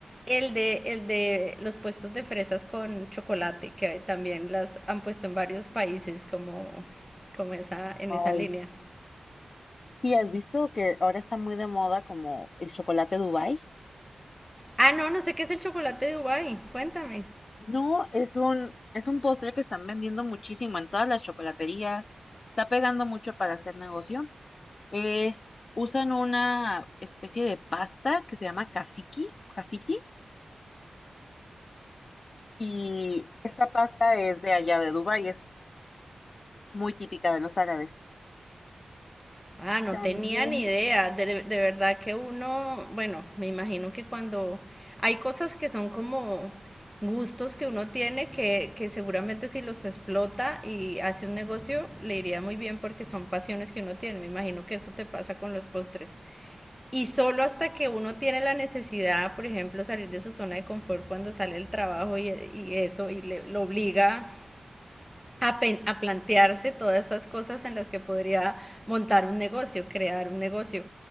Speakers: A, in the centre; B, on the left (about 40°).
A: El de, el de los puestos de fresas con chocolate, que también las han puesto en varios países como, como esa, en
B: ay.
A: esa línea.
B: Sí, ¿has visto que ahora está muy de moda como el chocolate Dubai?
A: Ah, no, no sé qué es el chocolate de Dubai. Cuéntame.
B: No, es un, es un postre que están vendiendo muchísimo en todas las chocolaterías. Está pegando mucho para hacer negocio. Es, usan una especie de pasta que se llama kafiki, kafiti, y esta pasta es de allá de Dubái, es muy típica de los árabes.
A: Ah, no
B: También,
A: tenía ni idea. De, de verdad que uno, bueno, me imagino que cuando hay cosas que son como gustos que uno tiene que, que seguramente si los explota y hace un negocio le iría muy bien porque son pasiones que uno tiene. Me imagino que eso te pasa con los postres. Y solo hasta que uno tiene la necesidad, por ejemplo, salir de su zona de confort cuando sale el trabajo y, y eso, y le, lo obliga a, a, plantearse todas esas cosas en las que podría montar un negocio, crear un negocio,